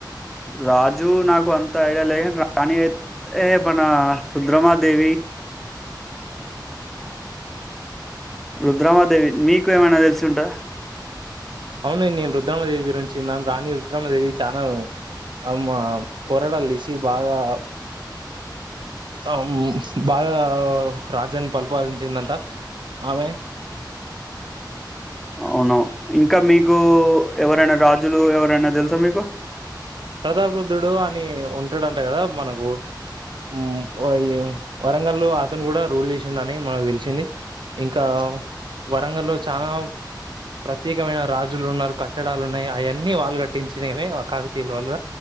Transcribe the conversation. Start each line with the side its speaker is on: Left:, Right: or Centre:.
Centre: రాజు నాకు అంత ఐడియా లేద్ గాని రాణి అయి మన రుద్రమా దేవి రుద్రామాదేవి. మీకు ఏమైనా తెలిసి ఉంటదా?
Right: అవును నేను రుద్రామదేవి గురించి విన్నాను రాణి రుద్రామదేవి చానా అమ్మ పోరాటాలు తీసి, బాగా అమ్ బాగా రాజ్యాన్ని పరిపాలించిందంట ఆమె.
Centre: అవును. ఇంక మీక్ కూ ఎవరైనా రాజ్ జులు ఎవరైనా తెలుసా మీకు?
Right: ప్రబుద్ధుడు అని ఉంటాడంట కదా మనకు, మ్ ఈ వరంగల్లో అతను కూడా రూల్ చేసిండని మనకు తెలిసింది, ఇంకా వరంగల్లో చానా ప్రత్యేకమైన రాజులు ఉన్నారు, కట్టడాలు ఉన్నాయి, అయన్నీ వాళ్ళు కట్టించినవే కా దీని వల్ల